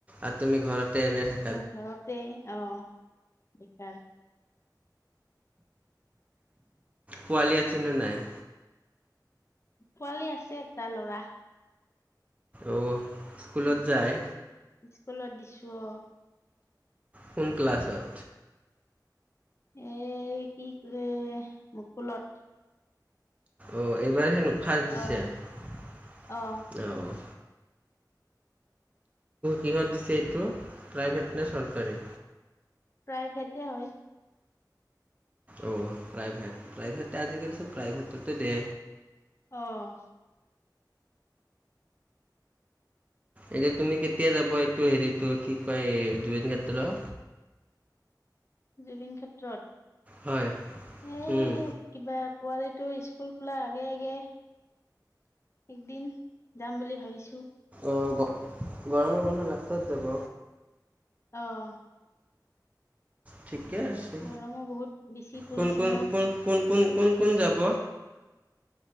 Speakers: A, on the right (about 20°); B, on the left (about 40°).
A: আৰু তুমি ঘৰতে এনে থাকাঁ?
B: মোৰ ঘৰতে অ', বেকাৰ।
A: পোৱালি আছে নে নাই?
B: পোৱালী আছে এটা ল'ৰা।
A: অ', স্কুলত
B: উম
A: যায়?
B: স্কুলত দিছো অ'।
A: কোন ক্লাছত?
B: এ কি মুকুলত।
A: অ', এইবাৰ হেনো ফাৰ্ষ্ট দিছে
B: অ অ
A: অ'। কিহত দিছে এইটো প্ৰাইভেট নে চৰকাৰী?
B: প্ৰাইভেটে হয়।
A: অ', প্ৰাইভেট প্ৰাইভেট আজিকালি চ প্ৰাইভেটতো দে।
B: অ'।
A: এতিয়া তুমি কেতিয়া যাব এইটো হেৰিটো কি কয় জুবিন ক্ষেত্ৰ-
B: জুবিন ক্ষেত্ৰত
A: হয়
B: এই
A: উম,
B: কিবা পোৱালিটো স্কুল খোলাৰ আগে আগে একদিন। যাম বুলি ভাবিছোঁ।
A: অ' গৰমৰ বন্ধৰ লাষ্টত যাব?
B: অহ'
A: ঠিকে আছে,
B: গৰমো বহুত বেছি পৰিছে
A: কোন কোন
B: ন
A: কোন কোন কোন কোন কোন যাব।